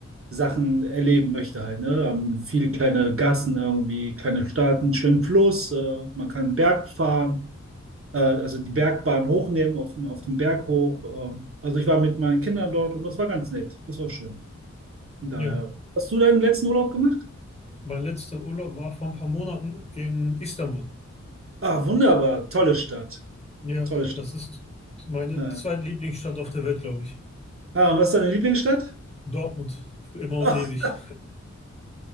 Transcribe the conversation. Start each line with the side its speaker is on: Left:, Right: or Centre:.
Right: Sachen erleben möchte halt, ne? Haben viele kleine Gassen irgendwie, kleine Staaten, schönen Fluss, äh, man kann einen Berg fahren, äh, also die Bergbahn hochnehmen, auf, den- auf den Berg hoch. ähm. also ich war mit meinen Kindern dort und das war ganz nett. Das war schön. Und daher.
Left: ja.
Right: Hast du deinen letzten Urlaub gemacht?
Left: Mein letzter Urlaub war vor ein paar Monaten in Istanbul.
Right: Ah, wunderbar. Tolle Stadt.
Left: Ja,
Right: Tolle Stadt.
Left: das ist meine
Right: Ja.
Left: zweitlieblingsstadt auf der Welt, glaube ich.
Right: Ah, und was ist deine Lieblingsstadt?
Left: Dortmund, für immer und
Right: <laughs>
Left: ewig.